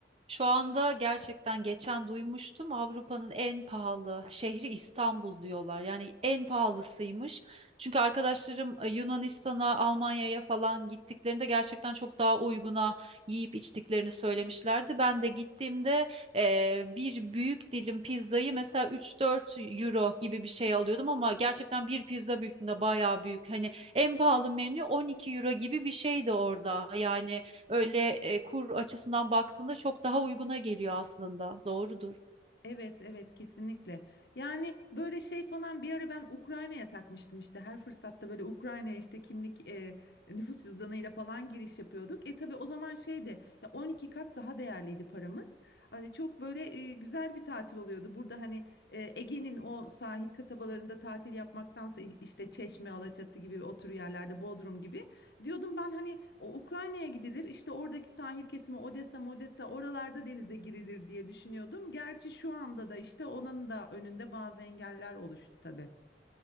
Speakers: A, on the right; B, on the left.
A: Şu anda gerçekten geçen duymuştum Avrupa'nın en pahalı şehri İstanbul diyorlar. Yani en pahalısıymış. Çünkü arkadaşlarım e, Yunanistan'a, Almanya'ya falan gittiklerinde gerçekten çok daha uyguna yiyip içtiklerini söylemişlerdi. Ben de gittiğimde e, bir büyük dilim pizzayı mesela 3-4 euro gibi bir şey alıyordum ama gerçekten bir pizza büyüklüğünde bayağı büyük. Hani en pahalı menü 12 euro gibi bir şeydi orada. Yani öyle e, kur açısından baktığında çok daha uyguna geliyor aslında. Doğrudur.
B: Evet, evet kesinlikle. Yani böyle şey falan bir ara ben Ukrayna'ya takmıştım işte her fırsatta böyle Ukrayna'ya işte kimlik e, nüfus cüzdanıyla falan giriş yapıyorduk. E tabii o zaman şeydi ya 12 kat daha değerliydi paramız. Hani çok böyle e, güzel bir tatil oluyordu. Burada hani e, Ege'nin o sahil kasabalarında tatil yapmaktansa i- işte Çeşme, Alaçatı gibi otur yerlerde Bodrum gibi Diyordum ben hani o Ukrayna'ya gidilir işte oradaki sahil kesimi Odessa, Modessa oralarda denize girilir diye düşünüyordum. Gerçi şu anda da işte onun da önünde bazı engeller oluştu tabii.